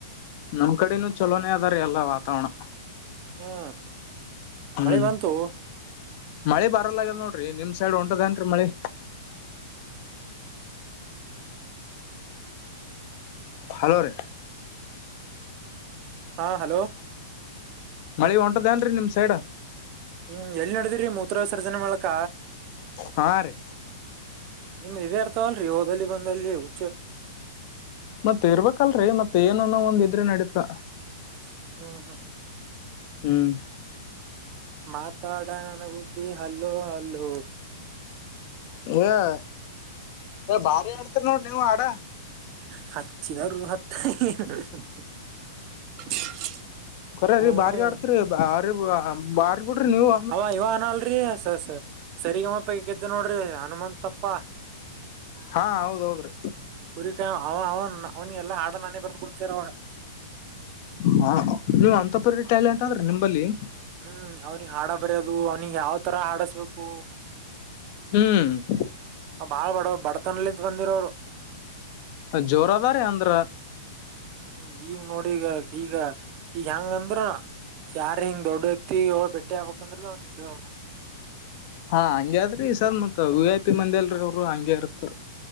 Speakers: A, on the left; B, on the right.
A: ನಮ್ ಕಡೆನೂ ಚಲೋನೇ ಅದಾರೆ ಎಲ್ಲ ವಾತಾವರಣ.
B: <inaudible>
A: ಹ್ಮ್
B: ಬಂತು
A: ಮಳೆ ಬರಲ್ಲ ಆಗದ ನೋಡ್ರಿ ನಿಮ್ ಸೈಡ್ ಒಂಟದೇನ್ರಿ ಮಳಿ. ಹಲೋ ರೀ.
B: ಹಾ ಹಲೋ.
A: ಮಳಿ ಒಂಟದೇಏನ್ರಿ ನಿಮ್ ಸೈಡ್.
B: ಹ್ಮ್ ಎಲ್ಲಿ ನಡದಿ್ರರಿ ಮೂತ್ರ ವಿಸರ್ಜನೆ ಮಾಡಲಕ.
A: ಹಾ ರೀ.
B: ನಿಮ್ ಇೇ ಇರ್ತಾವಲ್ರರಿ ಹಓದಲಿ ಬಂದಲ್ಲಿ. <inaudible>
A: ಮತ್ ಇರ್ಬೇಕಲ್ರರಿ ಮತ್ ಏನ ಅನ್ನೋ ಒಂದ ಇದ್ರಿ ನಡೀತಾ.
B: <inaudible>
A: <inaudible>
B: ಮಾತಾಡ ನನಗುಬ್ ಬಿ ಹಲ್ಲು ಹಲ್ಲು. <inaudible> <inaudible>
A: ಏ ಬಾರಿ ಆಡ್ತೀರಿ ನೋಡ್ ನೀವು ಆಡ
B: <inaudible>
A: ಕೊರೀ
B: ಹ್ಮ್
A: ಬಾರಿ ಆಡ್ತರಿ ಬಾರಿ ಬಾರಿ ಬಿಡ್ರಿ ನೀವ.
B: ಅವ ಇವನ ಅಲ್ರರಿ ಸ ಸರಿಗಮ್ಮಪ್ಪ ಗೆದ್ದ ನೋಡ್ರಿ ಹನುಮಂತಪ್ಪಾ.
A: ಹಾ ಹೌದ್ ಹೌದ್ರಿ.
B: ಕುರಿಕ ಅವ ಅವನ್ ಅವನಗೆಲ್ಲ ಹಾಡ ನಾನೇ ಬರ್ದ ಕೊಡ್ತರ ಅವಾಗ.
A: ಹಾ ನೀವ್ ಅಂತ ಪರೀ ಟ್ಯಾಲೆಂಟ್ ಅ ಆದ್ರೆ ನಿಂಬಲ್ಲಿ.
B: ಹ್ಮ್ ಅವನಿಗ ಹಾಡ ಬರೋದು ಅವ್ನಿಿಗೆ ಯಾವ್ ತರ ಆಡಸ್ಬೇಕು.
A: <inaudible>
B: ಬಾಳ್ ಬಡವ ಬಡತನಲಿತ್ ಬಂದಿರೋ್ರು.
A: ಜೋರ ಅದಾರೀ ಅಂದ್ರ.
B: ಹ್ಮ್ ಈಗ ನೋಡಿ ಈಗ ಈಗ ಈಗ ಹೆಂಗಂದ್ರ. ಯಾರ್ ಹಿಂಗ ದೊಡ್ಡ ವ್ಯಕ್ತಿ ಇವ ಬೆಟ್ಟೆ ಆಗ್ಬೇಕಂದ್ರೆ ಅವನಿಗೆ ಕಳ್ಬೇಕು.
A: ಹಾ ಹಂಗಗೆ ಆದ್ರಿ ಸದ ಮತ್ ವಿ ಐ ಪಿ ಮಂದಿ ಅಲ್ರೀ ಅವರು ಹಂಗಗೆ ಇರತ್.